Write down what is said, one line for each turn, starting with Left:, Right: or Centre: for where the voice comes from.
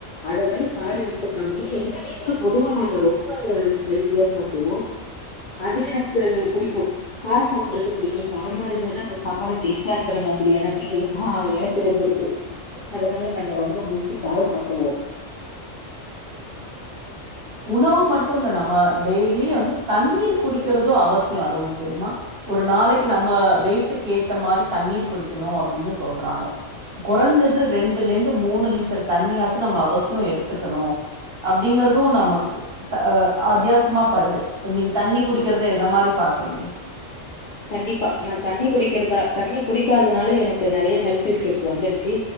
Left: அதனால காரம் இப்போ கம்மி எங்க வீட்ல பொதுவா நாங்க ரொம்ப ரொம்ப ஸ்பைசியா சாப்பிடுவோம் அதே எனக்கு புடிக்கும் காரம் சாப்பிடுறது புடிக்கும் காரமா இருந்த தான் அந்த சாப்பாடு டேஸ்ட்டா இருக்கற மாதிரி எனக்கே லிங் ஆஹ எனக்கு இருந்திருக்கு அதனால நாங்க ரொம்ப மோஸ்ட்லி காரம் சாப்டுவோம்
Right: உணவு மட்டும் இல்ல நம்ம டெய்லி வந்து தண்ணீர் குடிக்கறதும் அவசியம் அது உங்களுக்கு தெரியுமா ஒரு நாளைக்கு நம்ம வெயிட்டுக்கு ஏத்த மாரி தண்ணீர் குடிக்கணும் அப்படின்னு சொல்றாங்க குறைஞ்சது ரெண்டுல இருந்து மூணு லிட்டர் தண்ணியாச்சும் நம்ம அவசியம் எடுத்துக்கணும் அப்படிங்கறதும் நமக்கு அ அத்தியாசியமாப்படுது நீங்க தண்ணி குடிக்கறத எத மாரி பாக்குறீங்க
Left: கண்டிப்பா நான் தண்ணி குடிக்கறதா தண்ணி குடிக்காதனால எனக்கு நெறய ஹெல்த் இஸ்யூஸ் வந்துருச்சு